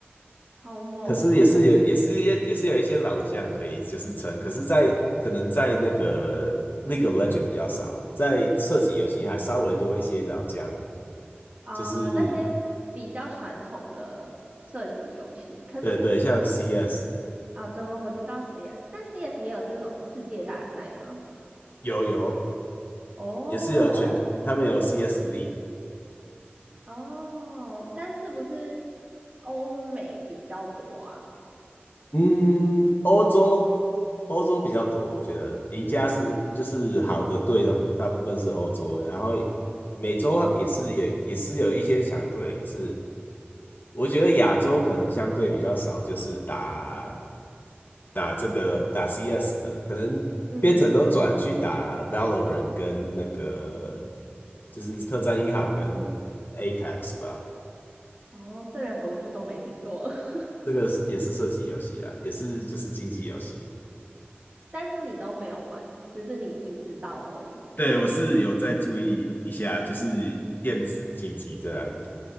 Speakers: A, on the right (about 30°); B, on the left (about 50°).
A: 好猛哦。
B: 可是也是有也是也也是有一些老将可以就是撑，
A: 可是
B: 可是在，可能在那个 League of Legends 比较少，在射击游戏还稍微多一些老将，
A: 啊、
B: 就是
A: 那些比较传统的射击游戏，可是
B: 对对，像 CS
A: 啊，对哦，我知道 CS，但 CS 也有这种世界大赛吗？
B: 有有
A: 哦
B: 也是有全他们有 CS League，
A: 哦，但是不是欧美比较多啊？
B: 嗯，欧洲欧洲比较多，我觉得赢家是就是好的队的大部分是欧洲，然后美洲也是也也是有一些强队，可是。我觉得亚洲可能相对比较少，就是打打这个打 CS 的，可能变成都转去打
A: 嗯。
B: Valorant 跟那个就是特战英豪跟 Apex 吧，
A: 哦，这两个我就都没听过了 <laughs>
B: 这个是也是射击游戏啊，也是就是竞技游戏。
A: 但是你都没有玩，只是你你知道而已
B: 对，我是有在注意一下，就是电子竞技这样。